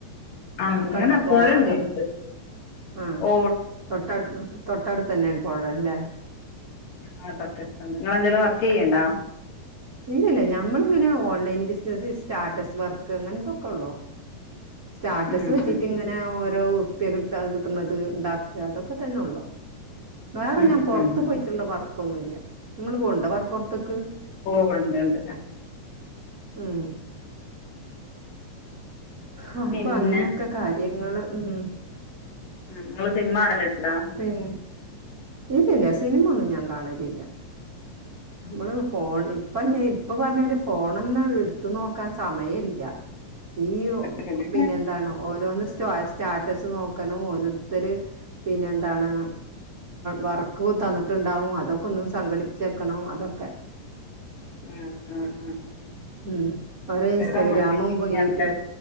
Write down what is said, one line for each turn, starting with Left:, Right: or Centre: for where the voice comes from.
Left: അങ്ങനെ
Right: ഒക്കെണ്ടോ
Left: പുഴ
Right: തോടൊക്കെണ്ട
Left: ഉണ്ട് എടുത്ത്
Right: ആ
Left: ഓ
Right: തൊട്ടടു തൊട്ടടുത്തന്നെയാണ് പോഴല്ലേ
Left: ആ തൊട്ടടുത്തണ്ട് നിങ്ങളെന്തെലും വർക്ക് ചെയ്യ്ണ്ടോ
Right: ഇല്ലല്ല ഞമ്മളിങ്ങനെ ഓൺലൈൻ ബിസിനസ്സ് സ്റ്റാറ്റസ് വർക്ക് അങ്ങനത്തൊക്കെള്ളോ സ്റ്റാറ്റസ്
Left: ഉം
Right: വെച്ചിട്ട്
Left: ഉം
Right: ഇങ്ങനെ ഓരോർ പ്യ കിട്ടാ കിട്ട്ന്നത് ഉണ്ടാക്കാ അതൊക്കെ തന്നെ ഉള്ളു വേറെ
Left: ഉം
Right: ഞാൻ പുറത്ത്
Left: ഉം ഉം
Right: പോയിട്ടുള്ള വർ ക്ക് ഒന്നുമില്ല നിങ്ങള്പോണ് ണ്ടോ വർ പൊറ്ത്ത്ക്ക്
Left: ഉണ്ട്ണ്ട്
Right: ഉം ആ
Left: പിന്നെ
Right: അപ്പൊ അങ്ങനെയൊക്കെ കാര്യങ്ങള് ഉം
Left: നിങ്ങള് സിനിമ ആണല്ലോ ഉണ്ടാ
Right: പിന്ന ഇല്ലല്ല സിനിമ ഒന്നും ഞാൻ കാണലില്ല നമ്മള് ഫോൺ ഇപ്പ ഇപ്പൊ പറഞ്ഞല് ഫോണൊന്നും എടുത്ത് നോക്കാൻ സമയം ഇല്ല ഈ
Left: ഉം
Right: പിന്നെ എന്താണ് ഓരോന്ന് സ്റ്റാറ്റസ് നോക്കണം ഓരോരുത്തര് പിന്നെ എന്താണ് വർക്ക് തന്നിട്ടുണ്ടാവും അതൊക്കെ ഒന്നും സംഘടിപ്പിച്ചെക്കണം അതൊക്കെ
Left: ഉം ഉം ഉം
Right: ഉം കുറെ ഇൻസ്റ്റഗ്രാമും
Left: ചെറുക്കൻ ഫുൾ ടൈം ബിസിയാണ്
Right: യൂട്യൂബ്